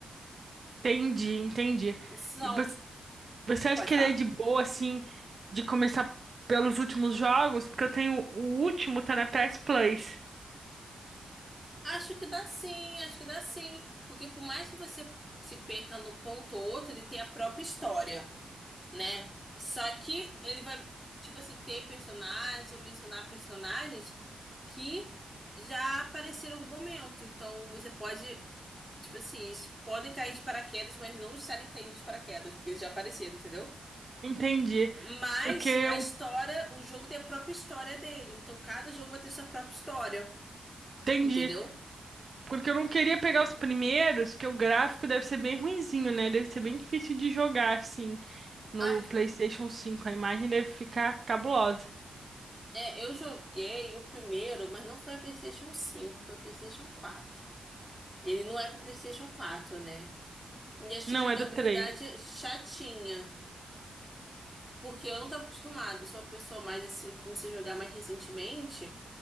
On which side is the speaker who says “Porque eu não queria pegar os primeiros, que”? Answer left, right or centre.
Right